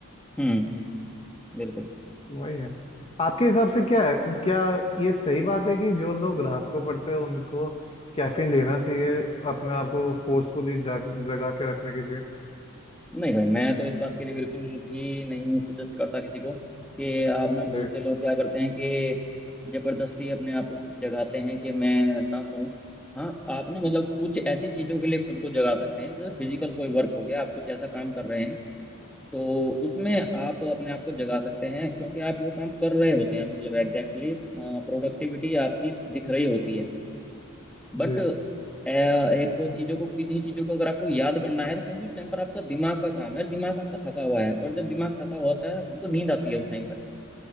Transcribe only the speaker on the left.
वही है आपके हिसाब से क्या है क्या ये सही बात है कि जो लोग रात को पढ़ते हैं उनको कैफीन लेना चाहिए अपने आप को फोर्सफुली जाग जगा के रखने के लिए
जी
जी